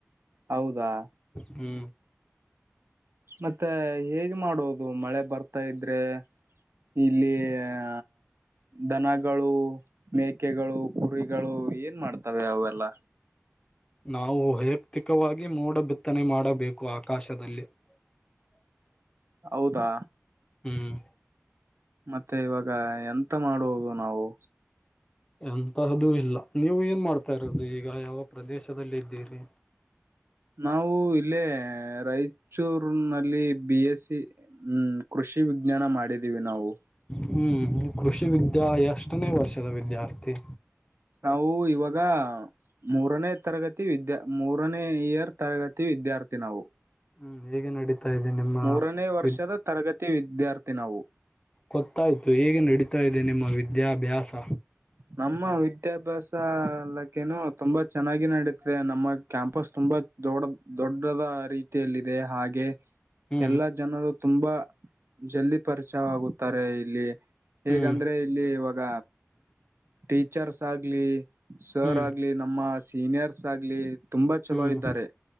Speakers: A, on the right; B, on the left.
A: ಹೌದಾ
B: ಹ್ಮ್
A: ಮತ್ತೆ ಹೇಗೆ ಮಾಡೋದು ಮಳೆ ಬರ್ತಾ ಇದ್ರೆ ಇಲ್ಲಿ.. ಹಾ.. ದನಗಳು ಮೇಕೆಗಳು ಕುರಿಗಳು ಏನ್ ಮಾಡ್ತವೆ ಅವೆಲ್ಲ
B: ನಾವು ವೈಯಕ್ತಿಕವಾಗಿ ಮೋಡು ಬಿತ್ತನೆ ಮಾಡಬೇಕು ಆಕಾಶದಲ್ಲಿ <inaudible>
A: ಹೌದಾ
B: ಹ್ಮ್
A: ಮತ್ತೆ ಇವಾಗ ಎಂತ ಮಾಡುವ ನಾವು
B: ಎಂತಹ್ದು ಇಲ್ಲ ನೀವು ಏನ್ ಮಾಡ್ತಾ ಇರೋದು ಈಗ ಯಾವ ಪ್ರದೇಶದದಲ್ಲಿ ಇದ್ದೀರಿ
A: ನಾವು ಇಲ್ಲೇ ರಾಯಚೂರ್ ನಲ್ಲಿ ಬಿ ಎಸ್ ಸಿ ಹ್ಮ್ ಕೃಷಿ ವಿಜ್ಞಾನ ಮಾಡಿದೀವಿ ನಾವು
B: ಹ್ಮ್ ಕೃಷಿ ವಿದ್ಯಾಯ ಎಷ್ಟನೇ ವರ್ಷದ ವಿದ್ಯಾರ್ಥಿ
A: ನಾವು ಇವಾಗ.. ಮೂರನೇ ತರಗತಿ ವಿದ್ಯಾ ಮೂರನೇ ಇಯರ್ ತರಗತಿ ವಿದ್ಯಾರ್ಥಿ ನಾವು
B: ಹ್ಮ್ ಹೇಗೆ ನಡತಾ ಇದೆ ನಿಮ್ಮ
A: ಮೂರನೇ ವರ್ಷದ
B: ವಿದ್ಯ
A: ತರಗತಿ ವಿದ್ಯಾರ್ಥಿ ನಾವು
B: ಗೊತ್ತಾಯ್ತು ಹೇಗೆ ನಡೀತಾ ಇದೆ ನಿಮ್ಮ ವಿದ್ಯಾಭ್ಯಾಸ
A: ನಮ್ಮ ವಿದ್ಯಾಭ್ಯಾಸಲ್ಲಕ್ಕೇನು ತುಂಬಾ ಚೆನ್ನಾಗಿ ನೆಡೀತಿದೆ ನಮ್ಮ ಕ್ಯಾಂಪಸ್ ತುಂಬಾ ದೊಡ್ಡ ದೊಡ್ಡದ ರೀತಿಯಲ್ಲಿದೆ ಹಾಗೆ
B: ಹ್ಮ್
A: ಎಲ್ಲಾ ಜನರು ತುಂಬಾ ಜಲ್ದಿ ಪರಿಚಯವಾಗುತ್ತಾರೆ ಇಲ್ಲಿ ಹೇಗಂದ್ರೆ
B: ಹ್ಮ್
A: ಇಲ್ಲಿ ಇವಾಗ ಟೀಚರ್ಸ್ ಆಗ್ಲಿ ಸರ್
B: ಹ್ಮ್
A: ಆಗ್ಲಿ ನಮ್ಮ ಸೀನಿಯರ್ಸ್ ಆಗ್ಲಿ ತುಂಬಾ ಚಲೋ
B: ಹ್ಮ್
A: ಇದ್ದಾರೆ